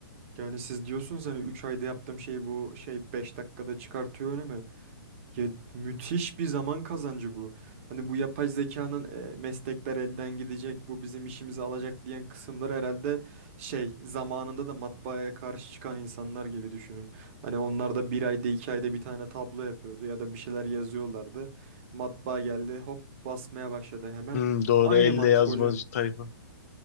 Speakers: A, on the right (about 35°); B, on the left (about 40°).
A: Yani siz diyorsunuz hani 3 ayda yaptığım şeyi bu şey 5 dakikada çıkartıyor önüme. Ya müthiş bir zaman kazancı bu. Hani bu yapay zekanın e, meslekler elden gidecek, bu bizim işimizi alacak diyen kısımlar herhalde şey zamanında da matbaaya karşı çıkan insanlar gibi düşünün. Hani onlar da bir ayda iki ayda bir tane tablo yapıyordu ya da bir şeyler yazıyorlardı. Matbaa geldi hop basmaya başladı hemen.
B: Hmm, doğru
A: Aynı
B: elle
A: mantık
B: yazmaz
A: hocam.
B: tayfa.